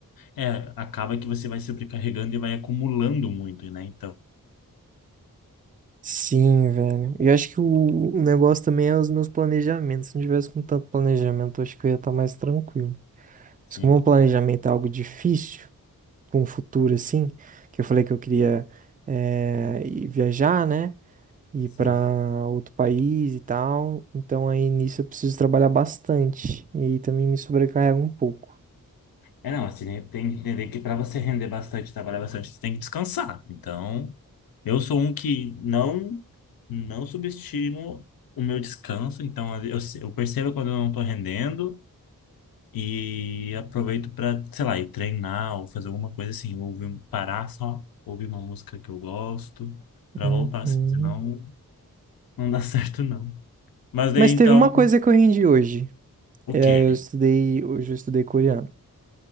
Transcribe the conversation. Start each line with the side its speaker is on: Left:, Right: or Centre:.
Left: É, acaba que você vai sobrecarregando e vai acumulando muito, né? Então,
Right: Sim, velho. E eu acho que o, o negócio também é os meus planejamentos. Se não tivesse com tanto planejamento, eu acho que eu ia estar mais tranquilo.
Left: sim,
Right: Mas como o planejamento é algo difícil, com o futuro assim, que eu falei que eu queria eh, ir viajar, né? Ir
Left: sim.
Right: pra outro país e tal. Então aí nisso eu preciso trabalhar bastante. E também me sobrecarrega um pouco.
Left: É, não, assim, né, tem que entender que para você render bastante, trabalhar bastante, você tem que descansar. Então, eu sou um que não, não subestimo o meu descanso. Então, eu, eu percebo quando eu não estou rendendo. E aproveito para, sei lá, ir treinar ou fazer alguma coisa assim, ou ouvir, um, parar só, ouvir uma música que eu gosto, para
Right: Uhum.
Left: voltar assim, senão não dá <laughs> certo não. Mas daí
Right: Mas
Left: então,
Right: teve uma coisa que eu rendi hoje.
Left: o
Right: É,
Left: quê?
Right: eu estudei, hoje eu estudei coreano,